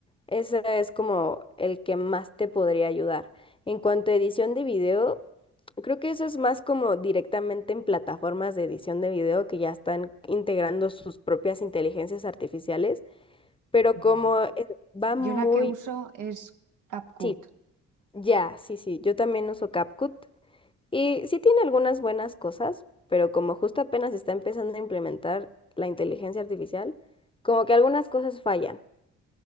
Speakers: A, on the left (about 15°); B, on the right (about 75°).
A: ese es como el que más te podría ayudar. En cuanto a edición de video, creo que eso es más como directamente en plataformas de edición de video que ya están integrando sus propias inteligencias artificiales pero como
B: Ya.
A: eh, va muy...
B: Yo la que uso es CapCut.
A: Sí, ya, sí, sí, yo también uso CapCut y sí tiene algunas buenas cosas, pero como justo apenas está empezando a implementar la inteligencia artificial, como que algunas cosas fallan.